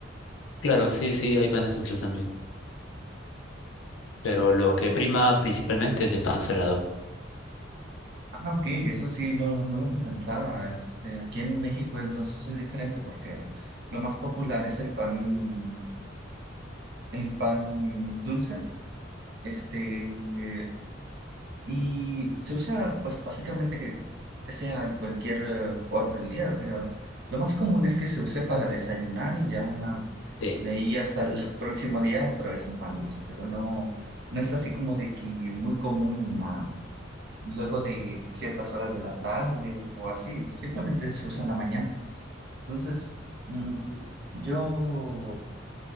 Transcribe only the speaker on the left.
claro, sí, sí, hay panes dulces también, pero lo que prima principalmente es el pan salado.
Sí.